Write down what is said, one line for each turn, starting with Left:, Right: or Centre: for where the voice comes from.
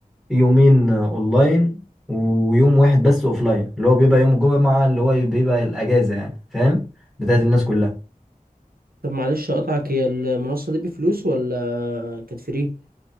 Centre: يومين اونلاين ويوم واحد بس اوفلاين اللي هو بيبقى يوم الجمعة اللي هو بيبقى الاجازة يعني فاهم بتاعت الناس كلها
Right: طب معلش اقطعك هي المنصة دي بفلوس ولا كانت فري